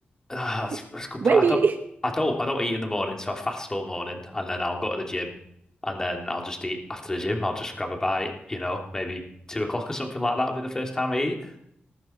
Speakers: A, on the left (about 15°); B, on the right (about 60°).
A: ah, that's,
B: <laughs>
A: that's a good
B: when
A: point. I
B: do
A: don't,
B: you eat?
A: I don't, I don't eat in the morning, so I fast all morning, and then I'll go to the gym, and then I'll just eat after the gym. I'll just grab a bite, you know, maybe two o'clock or something like that will be the first time I eat.